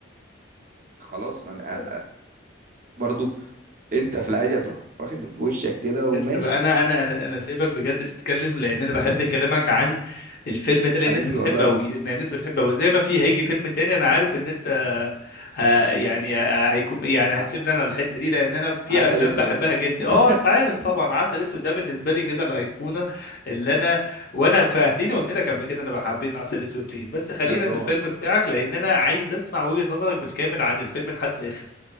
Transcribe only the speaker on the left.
<laughs>
انت بقى انا انا انا انا سايبك بجد تتكلم لان انا
بحب كلامك عن الفيلم ده لان
انت بتحبه
قوي
لان انت بتحبه قوي زي ما في هيجي فيلم تاني انا عارف ان انت ه...
يعني ه- هيكون يعني
هتسيب لي انا الحته دي لان انا في
افلام
بحبها
جدا اه
انت عارف طبعا عسل اسود ده بالنسبه لي كده الايقونه اللي انا وانا فهتلاقيني قلت لك قبل كده انا حبيت عسل اسود ليه بس خلينا
في الفيلم بتاعك لان انا عايز اسمع وجهه نظرك بالكامل عن الفيلم لحد الاخر